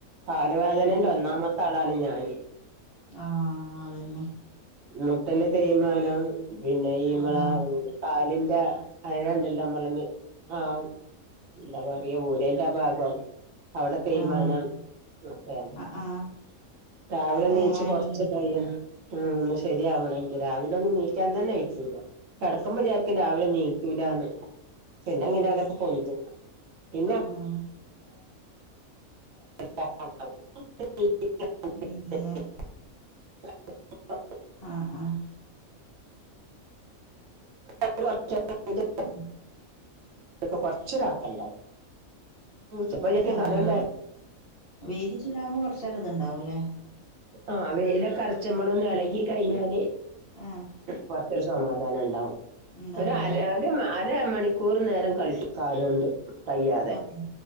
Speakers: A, on the right; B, on the left.
A: കാല് വേദനന്റെ
B: ഉം
A: ഒന്നാമത്തെ ആളാണ് ഞാന്
B: ആഹ് അതന്നെ
A: മുട്ടിന്റെ തേയ്മാനം പിന്നെ ഈ
B: ആഹ്
A: കാലിന്റെ അഴണ്ടല്ലോ അമള ആഹ് എന്താ പറയ ഊരന്റെ ഭാഗം അവിടെ തേയ്മാനം
B: ആഹ്
A: ഒക്കെയാണ്
B: ആഹ് ആഹ് <inaudible>
A: രാവിലെ എനീച്ച്
B: ഏഹ് ആയില്ലേ
A: കൊറച്ച് കഴിയണം ഉ ഒന്ന് ശരിയാവണെങ്കിൽ രാവിലെ ഒന്ന് എനീക്കാൻ തന്നെ വെക്കൂടോ കെടക്കുമ്പോൾവിചാരിക്കും രാവിലെ നീക്ക ലന്ന് പിന്നെ അങ്ങനെയൊക്കങ്ങനെ
B: ആഹ്
A: പൊന്തും പിന്നെ
B: ആഹ്
A: <unintelligible> <unintelligible>
B: അത് തന്നെ
A: <unintelligible>
B: ആഹ് ആഹ്
A: <unintelligible>
B: ഉം
A: ക്ക കൊറ്ച്ച് <unintelligible> ഇണ്ടാവും. സുബൈയൊക്കെ
B: ആഹ്
A: കാണല്ലേ
B: വെയില് ചൂടാകുമ്പോ കൊറച്ചേരം ഇത്ണ്ടാവൂല്ലേ.
A: ആ വെയില് കറച്ച്മ്മളൊന്ന് എളകി കഴിഞ്ഞാല്.
B: ആഹ്
A: കൊറച്ചരു സമാധാനം ഉണ്ടാവും.
B: ഉണ്ടാവൂലേ
A: ഒരു ആര ഒരു അര മണിക്കൂർ നേരം കളിച്ച് കാലോണ്ട് ഒയ്യാതെ
B: ആഹ്